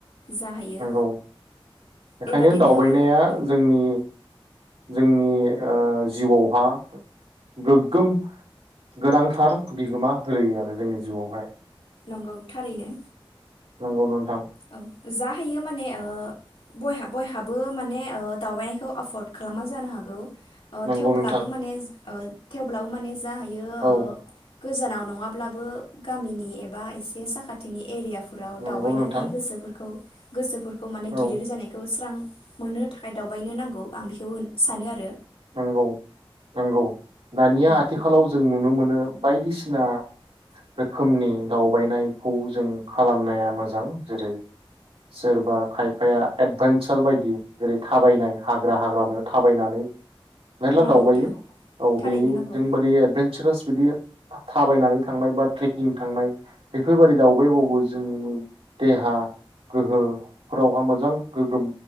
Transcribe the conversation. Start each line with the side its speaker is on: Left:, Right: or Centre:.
Left: जा हायो
Right: नंगौ बेखायनो
Left: बेबादिनो
Right: दावबायनाया
Left: मा औ
Right: जोंनि जोंनि ओ जिउआवहा गोग्गोम गोनांथार बिहोमा होलोयो आरो जोंनि जिउआवहाय
Left: नंगौ थारैनो
Right: नंगौ नों थां
Left: औ जा हायो माने ओ बयहा बयहाबो माने ओ दावबायनायखौ एफर्द खालामा जानो हागौ ओ
Right: नंगौ
Left: थेवब्लाबो
Right: नोंथां
Left: माने ओ थेवब्लाबो माने जा हायो ओ
Right: औ
Left: गोजानाव नङाब्लाबो गामिनि एबा एसे साखाथिनि एरियाफोराव
Right: नंगौ
Left: दावबायनानै
Right: नोंथां
Left: खौ गोसोफोर खौ माने
Right: औ
Left: गेलिर जानायखौ स्रां मोननो थाखाय दावबायनो नांगौ आं बेखौ सानो आरो
Right: नंगौ नंगौ दानिया
Left: नंगौ
Right: आथिखालाव जों नुनो मोनो बायदिसिना रोखोमनि दावबायनायखौ जों खालामनाया मोजां जेरै सोरबा खायफाया एडभेेनसार बायदि जेरै थाबायनाय हाग्रा हाग्रानो थाबायनानै मेरला
Left: नंगौ
Right: दावबायो
Left: थार
Right: औ
Left: थारैनो
Right: बे
Left: नंगौ
Right: जोंबादि एडभेनसारास बिदि थाबायनानै थांनाय बा ट्रेकिं थांनाय बेफोर बायदि दावबाय बावबो जोंनि देहा गोहोफोरावहा मोजां गोगोम